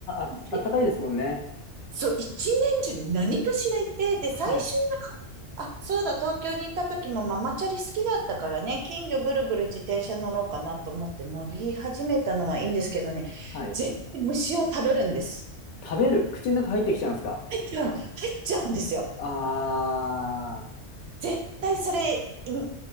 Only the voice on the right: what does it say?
でそう、一年中何かしらいて、で、
最初は、あ、そうだ、東京に行った時もママチャリ好きだったからね、近所ぐるぐる自転車乗ろうかなと思って乗り始めたのはいいんですけどね、
絶対虫を食べるんです。
違うの。入っちゃうんですよ。
絶対それ、い一